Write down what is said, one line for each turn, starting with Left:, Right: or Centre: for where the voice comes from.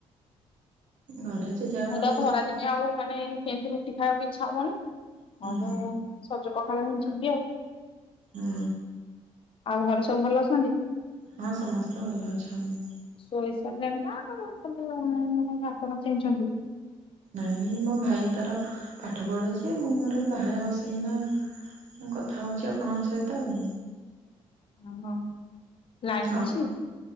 Right: ଘରେ ଜେଜେବାପା
Left: ମୁଁ ତ
Right: ଜେଜେମା
Left: ଖରାଦିନିଆ ଆଉ ମାନେ କେମିତି ରୁଟି ଖାଇବାକୁ ଇଚ୍ଛା ହବନି।
Right: ହୁଁ
Left: ଘରେ ସଜ ପଖାଳ ହିଁ <unintelligible> ଆଉ।
Right: ହୁଁ
Left: ଆଉ ଘରେ ସବୁ ଭଲ ଅଛନ୍ତି?
Right: ହଁ ସମସ୍ତେ ଭଲ ଅଛନ୍ତି।
Left: ଶୋଇ ସାରିଲେଣି ନା ଖାଲି ଅନ୍ୟମାନେ ଆପଣ ଚେଇଁଚନ୍ତି!
Right: ନାଇଁ ମୋ ଭାଇ ତାର ପାଠ ପଢୁଛି ମୁଁ ମୋର ବାହାରେ ବସିକିନା ମୁଁ କଥା ହଉଛି ଆପଣଙ୍କ ସହିତ ଆଉ।
Left: ଅ ହଉ, ଲାଇନି
Right: ଆଉ
Left: ଅଛି?
Right: ସମ